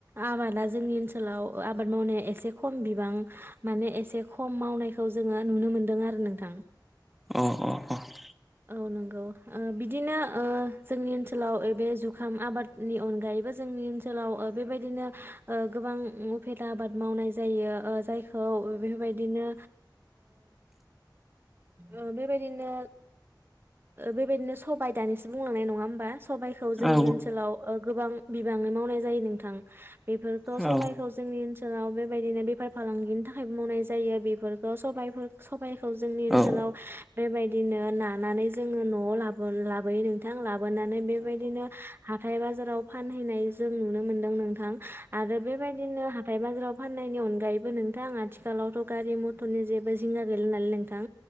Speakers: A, on the right; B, in the centre.
A: आबादा जोंनि ओनसोलाव आबाद मावनाया एसे खम बिबां माने एसे खम मावनायखौ जोङो नुनो मोनदों आरो नोंथां
B: अ अ
A: औ नंगौ ओ बिदिनो ओ जोंनि ओनसोलाव बे जुखाम आबादनि अनगायैबो जोंनि ओनसोलाव ओ बेबायदिनो ओ गोबां उफेद आबाद मावनाय जायो ओ जाय खौ बेफोरबायदिनो ओ बेबायदिनो बेबायदिनो सबायाइ दानिसो बुंलांनाय नङा होमबा सबाइखौ जोंनि
B: अ औ
A: ओनसोलाव गोबां बिबाङै मावनाय जायो नोंथां बेफोरखौ
B: औ
A: सबायखौ जोंनि ओन ओनसोलाव बेबायदिनो बेफार फालांगिनि थाखाय मावनाय जायो बेफोरखौ सबाय खौ जोंनि ओनसोलाव
B: औ
A: बेबायदिनो नानानै जोङो न'आव ला लाबोयो नोंथां लाबो। गोननानै बेबायदिनो हाथाय बाजाराव फानहैनाय जों नुनो मोनदों नोंथां। आरो बेबायदिनो हाथाय बाजाराव फाननायनि अनगायैबो नोंथां आथिखालावथ' गारि मथरनि जेबो जिंगा गैलानालाय नोंथां।